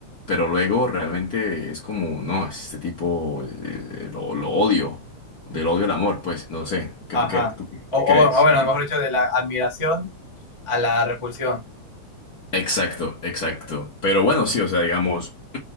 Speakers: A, on the left; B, on the left.
A: pero luego realmente es como, no, este tipo eh, eh, lo, lo odio, del odio al amor, pues, no sé, ¿qué
B: Ajá.
A: tú, qué, tú qué
B: O, o-
A: crees?
B: o bueno,
A: ¿Qué pi-
B: mejor dicho, de la admiración a la repulsión.
A: Exacto, exacto. Pero bueno, sí, o sea, digamos, <clears throat>